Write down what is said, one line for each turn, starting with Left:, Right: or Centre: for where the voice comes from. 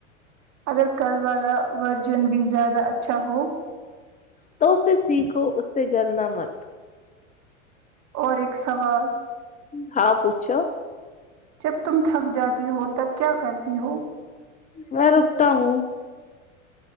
Right: اگر کلوار ورژن بھی زیادہ اچھا ہو
Left: تو اس سے سیکھو اس سے جلنا مت
Right: اور ا سوال
Left: ہاں پوچھو
Right: جب تم تھک جاتی ہو تب کیا کرتی ہو
Left: میں رکتا ہوں